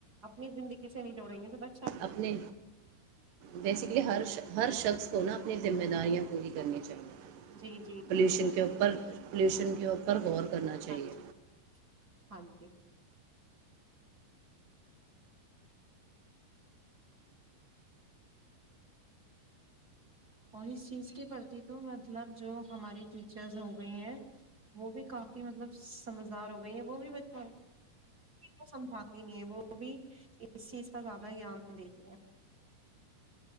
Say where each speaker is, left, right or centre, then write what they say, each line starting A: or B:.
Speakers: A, on the right; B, on the right.
A: اپنی زندگی سے نہیں جوڑیں گے تو بس
B: اپنے بیسکلی ہر ہر شخص تو نہا اپنی ذمہ داریاں پوری کرنی چاہیے
A: جی جی
B: پلیوشن
A: جی جی
B: کے اوپر غور کرنا چاہیئے
A: ہاں جی ہاں جی اور اس چیز کے پرتی تو مطلب جو ہماری ٹیچرز ہو گئی ہیں وہ بھی کافی مطلب سمجھدار ہو گئی ہیں وہ بھی بچ کو سمجھاتی نہیں ہے وہ بھی اس چیز کا زیادہ گیان دیتی ہے